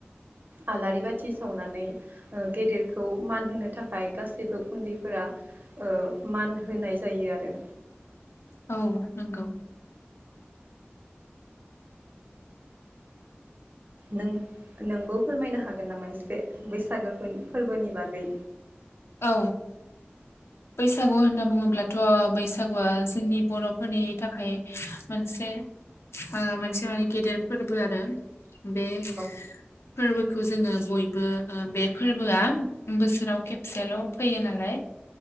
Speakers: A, on the right; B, on the left.
A: आलारि बाथि सावनानै ओ गेदेरखौ मान होनो थाखाय गासैबो उन्दैफोरा ओ मान होनाय जायो आरो
B: औ नंगौ
A: नों नोंबो फोरमायनो हागोन नामा एसे बैसागो फोरबोनि बागै
B: औ बैसागु होनना बुङोब्लाथ' बैसागुआ जोंनि बर'फोरनि थाखाय मोनसे ओ मोनसे माने गेदेर फोरबो आरो बे
A: औ
B: फोरबोखौ जोङो बयबो ओ बे फोरबोआ बोसोराव खेब खबसेल' फैयो नालाय